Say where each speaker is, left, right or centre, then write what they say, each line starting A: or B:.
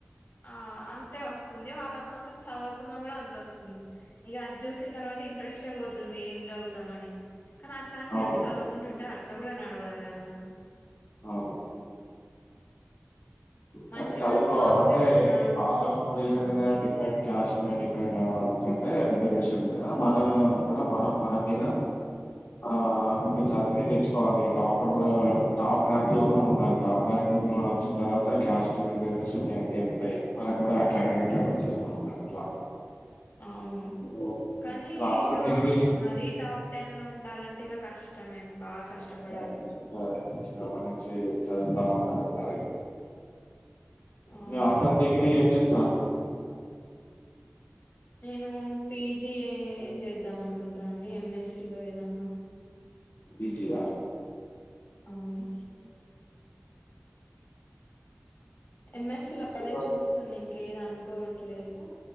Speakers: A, on the left (about 50°); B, on the left (about 70°).
A: ఆ అంతే వస్తుంది, వాళ్ళకు మాత్రం చదువుకున్న గుడా అంతొస్తుంది. ఇగ అజ్జూసిన్ తర్వాత ఇంత ట్రెస్ట్ బోతుంది ఏం జవ్ తమని కనట్లాన్
B: అవును.
A: చెప్పి చదవకుంటుమ్టే అట్లా గుడ నడవదు గా మ
B: అవును.
A: మంచి
B: కనీ చదువుకోవాలంటే
A: మంచి మార్క్స్ తెచ్చుకున్నారు
B: వాళ్ళు వీళ్ళ
A: అవును
B: మీద డిపెండ్ క్యాష్ మీద డిపెండ్ అవ్వడం కం టే రిజర్వేషన్ మీద మనం గుడా మనం మన మీద ఆ ఇంక చదివి తెచ్చుకోవాలి టాపర్ టాప్ ర్యాంక్లల్లో ఉండాలి టాప్ ర్యాంక్ లో అచ్చిన్తర్వాత త కాస్ట్ రిజర్వేషన్ అలాంటియి ఏం ఉండయి. మనగ్గుడా ఆ కేటగిరీల పని చేస్తామన్నమాట అట్లా
A: అవును
B: ఓహ్!
A: కనీ
B: ఆఫ్టర్
A: ఇగ
B: డిగ్రీ
A: మరీ టాప్ టెన్ లో ఉండాలంట్ టిగా కష్టమే బాగా
B: కష్టమే
A: కష్టపడాలి
B: గనీ ఇగా చిన్నప్పనించి చదువుతా వుండాలిగా
A: అవును
B: ఇగ ఆఫ్టర్ డిగ్రీ ఏం చేస్తాన్రు
A: నేను పీజి ఏ జేద్దామనుకుంటానండి ఎం ఎస్ సి లో ఏదన్నా
B: పి జి యా
A: అవును ఎం ఎస్ సి
B: ఎంఎస్సీలో
A: లో అదే చూస్తున్న ఇంకేది అనుకోవట్లేదు